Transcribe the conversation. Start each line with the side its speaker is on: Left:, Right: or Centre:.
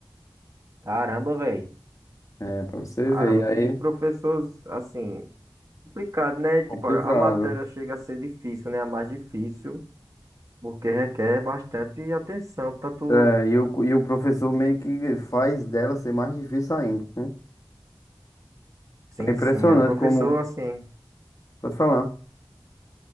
Right: Caramba, velho.
Left: É, pra você
Right: Caramba,
Left: ver. E aí,
Right: que professores, assim, Complicado, né? Tipo,
Left: complicado.
Right: a a matéria chega a ser difícil, né? A mais difícil, porque requer bastante atenção. Tanto,
Left: É, e o, e o professor meio que faz dela ser mais difícil ainda, né?
Right: sim,
Left: É impressionante
Right: sim, a professora,
Left: como.
Right: assim,
Left: Pode falar.